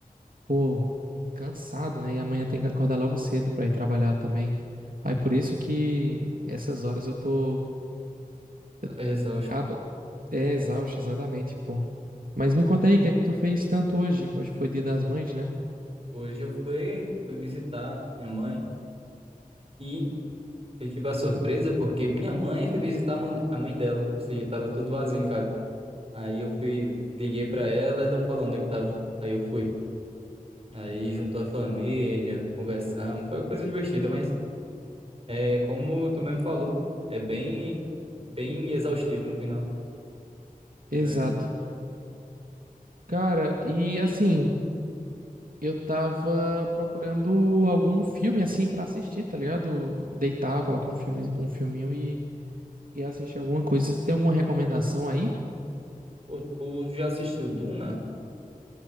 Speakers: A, on the right (about 75°); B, on the right (about 40°).
A: pô, cansado, né? E amanhã tem que acordar logo cedo pra ir trabalhar também. Aí por isso que essas horas eu tô.
B: Tá
A: Eu
B: exausto.
A: acabo. É exausto, exatamente, pô. Mas me conta aí, o que é que tu fez tanto hoje? Hoje foi Dia das Mães, né?
B: Hoje eu fui, fui visitar minha mãe e eu tive a surpresa porque minha mãe foi visitar a mãe, a mãe dela, ou seja, tava tudo vazio em casa. Aí eu fui, liguei pra ela, ela falando onde é que tava. Aí eu fui. Aí juntou a família, conversamos, foi uma coisa divertida, mas é como tu mesmo falou, é bem, bem exaustivo no final.
A: Exato.
B: Aí,
A: Cara, e assim, eu tava procurando algum filme assim pra assistir, tá ligado? Deitar, colocar um filme, um filminho e, e assistir alguma coisa. Tem alguma recomendação aí?
B: pô, tu já assistiu Duna?